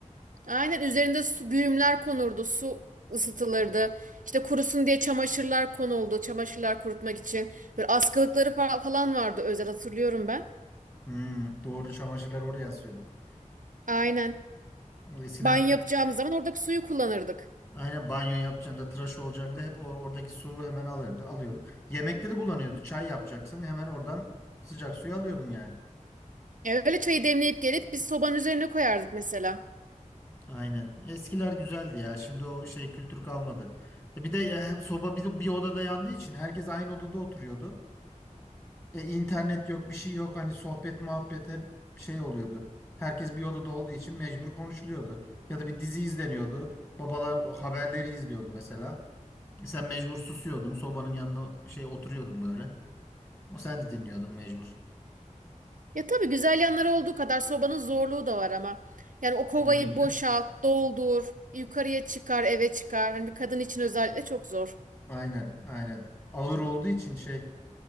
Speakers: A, on the right; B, on the left.
A: Aynen üzerinde su güğümler konurdu. Su ısıtılırdı. İşte kurusun diye çamaşırlar konuldu. Çamaşırlar kurutmak için. Böyle askılıkları fa- falan vardı özel hatırlıyorum ben.
B: Hmm, doğru çamaşırları oraya asıyorduk.
A: Aynen.
B: Eskiden
A: Banyo yapacağımız zaman oradaki suyu kullanırdık.
B: Aynen banyo yapacağında, tıraş olacağında hep o, oradaki suyu hemen alıyordu, alıyorduk. Yemekte de kullanıyordu. Çay yapacaksın hemen oradan sıcak suyu alıyordun yani.
A: E, öyle çayı demleyip gelip biz sobanın üzerine koyardık mesela.
B: Aynen. Eskiler güzeldi ya. Şimdi o şey kültür kalmadı. E Bir de e, soba bir, bir odada yandığı için herkes aynı odada oturuyordu. E, internet yok, bir şey yok. Hani sohbet, muhabbet hep şey oluyordu. Herkes bir odada olduğu için mecbur konuşuluyordu. Ya da bir dizi izleniyordu. Babalar o haberleri izliyordu mesela. E, Sen mecbur susuyordun. Sobanın yanına şey oturuyordun böyle. O sen de dinliyordun mecbur.
A: Ya tabii güzel yanları olduğu kadar sobanın zorluğu da var ama. Yani o kovayı
B: Ne gibi?
A: boşalt, doldur, yukarıya çıkar, eve çıkar. Hani bir kadın için özellikle çok zor.
B: Aynen, aynen. Ağır olduğu için şey.